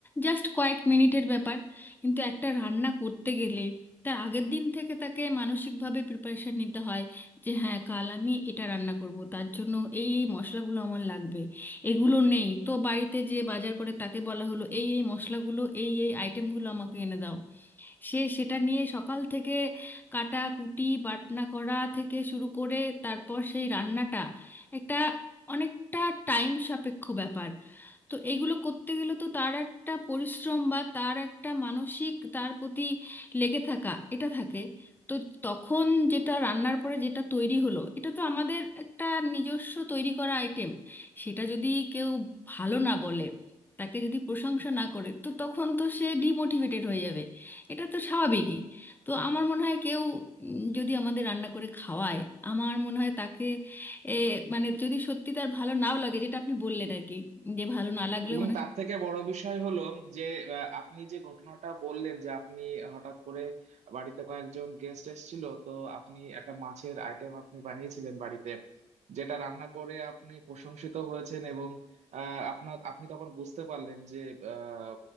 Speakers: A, on the left; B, on the right.
A: জাস্ট কয়েক মিনিটের ব্যাপার কিন্তু একটা রান্না করতে গেলে তার আগের দিন থেকে তাকে মানসিকভাবে প্রিপারেশন নিতে হয় যে হ্যাঁ কাল আমি এটা রান্না করব তার জন্য এই এই মশলাগুলো আমার লাগবে এগুলো নেই তো বাড়িতে যে বাজার করে তাকে বলা হলো এই এই মশলাগুলো এই এই আইটেমগুলো আমাকে এনে দাও সে সেটা নিয়ে সকাল থেকে কাটাকুটি বাটনা করা থেকে শুরু করে তারপর সেই রান্নাটা একটা অনেকটা টাইম সাপেক্ষ ব্যাপার তো এগুলো করতে গেলে তো তার একটা পরিশ্রম বা তার একটা মানসিক তার প্রতি লেগে থাকা এটা থাকে তো তখন যেটা রান্নার পরে যেটা তৈরি হলো এটা তো আমাদের একটা নিজস্ব তৈরি করা আইটেম সেটা যদি কেউ ভালো না বলে তাকে যদি প্রশংসা না করে তো তখন তো সে ডিমোটিভেটেড হয়ে যাবে এটা তো স্বাভাবিকই তো আমার মনে হয় কেউ উম, যদি আমাদের রান্না করে খাওয়ায় আমার মনে হয় তাকে এ, মানে যদি সত্যি তার ভালো নাও লাগে যেটা আপনি বললেন আর কি যে ভালো না লাগলেও
B: এবং
A: অনেক
B: তার থেকে বড় বিষয় হলো যে আহ, আপনি যে ঘটনাটা বললেন যে আপনি হঠাৎ করে বাড়িতে কয়েকজন গেস্ট এসেছিল তো আপনি একটা মাছের আইটেম আপনি বানিয়েছিলেন বাড়িতে যেটা রান্না করে আপনি প্রশংসিত হয়েছেন এবং আহ, আপনার আপনি তখন বুঝতে পারলেন যে আহ,